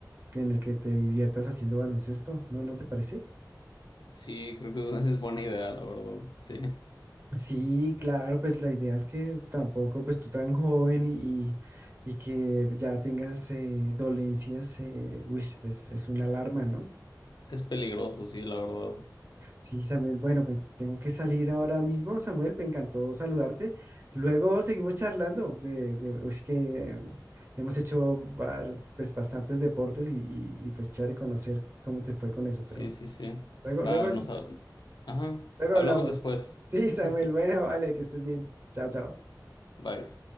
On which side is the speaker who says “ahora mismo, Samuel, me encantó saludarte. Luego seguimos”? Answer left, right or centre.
Right